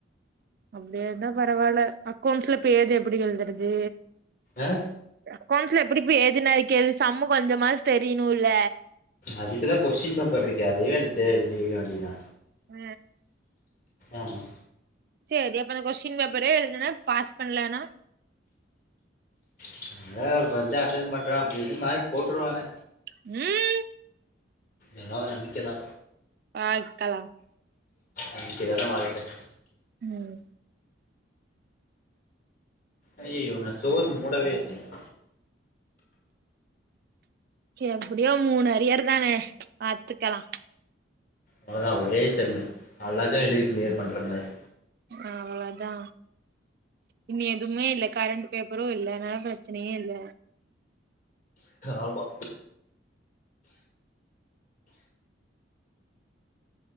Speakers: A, on the right; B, on the left.
A: அப்டி இருந்தா பரவால்ல அக்கௌண்ட்ஸ்ல பேஜ் எப்டி எழுதுறது
B: ஆ
A: அக்கவுன்ச்ல எப்டி பேஜ் நெரைக்கற்து சம்மு கொஞ்ச மாசு தெரிணுல்ல
B: அதுக்குதா கொஸ்டின் பேப்பர் இருக்கு அதுவே எடுத்து எழுதி வைக்க வேண்டியதா
A: ஆ
B: ஆஹா
A: சேரி அப்ப நா கொஸ்டின் பேப்பரே எழுதுனா பாஸ் பண்லனா
B: <unintelligible> அட்டன் பண்றே அப்டி இப்டி மார்க் போட்ருவாங்க
A: ம்
B: எல்லா ஒரு நம்பிக்க தா
A: பாக்கலா
B: நம்பிக்க தான வாழ்க்க
A: ம்
B: அய்யயோ நா ஸ்டோர் மூடவே இல்லையா
A: எப்டியோ மூணு அரியர் தான பாத்துக்கலா
B: அவ்ளதா ஒரே செம்மு அழகா எழுதி கிளியர் பண்ற மேரி
A: அவ்ள தா இனி எதுமே இல்ல கரண்டு பேப்பரு இல்ல அனால பிரச்சனயே இல்ல
B: ஆமா